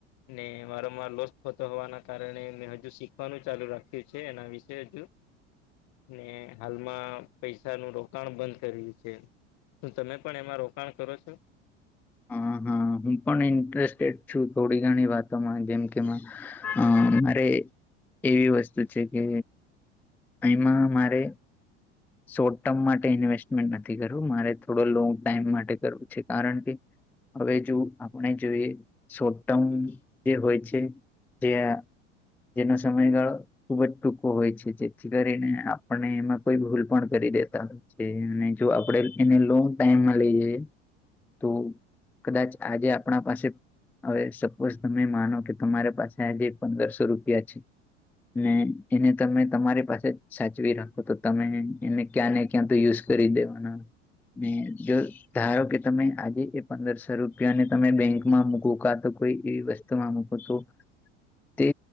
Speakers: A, on the left; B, in the centre.
A: ને મારો લોસ થતો હોવાના કારણે મે હજુ શીખવાનું ચાલુ રાખ્યું છે, એના વિશે હજુ ને હાલમાં પૈસા નું રોકાણ બંધ કર્યું છે, શું તમે પણ એમાં રોકાણ કરો છો?
B: હા હા હું પણ ઇન્ટરેસ્ટેડ છું, થોડી ઘણી વાતોમાં જેમ કે અ મારે એવી વસ્તુ છે, કે એમાં મારે શોર્ટ ટર્મ માટે ઇન્વેસ્ટમેન્ટ નથી કરવું મારે થોડો લોંગ ટાઈમ માટે કરવું છે કારણ કે હવે જો આપણે જોઈએ શોર્ટ ટર્મ જે હોય છે. ત્યાં જેનો સમયગાળો ખુબ જ ટૂંકો હોય છે, જેથી કરીને આપણને એમાં કોઈ ભૂલ પણ કરી દેતા હોય છે, અને જો આપણે એને લોગ ટાઈમમાં લઈ તો કદાચ આજે આપણા પાસે હવે સપોઝ તમે માનો કે તમારી પાસે આજે પંદરસો રૂપિયા છે. ને એને તમે તમારી પાસે જ સાચવી રાખો તો તમે એને ક્યાં ને ક્યાં તો યુઝ કરી દેવાનો ને જો ધારો કે તમે આજે એ પંદરસો રૂપિયાને તમે બેંકમાં મુકો કાતો કોઈ એવી વસ્તુ તમામ તો તે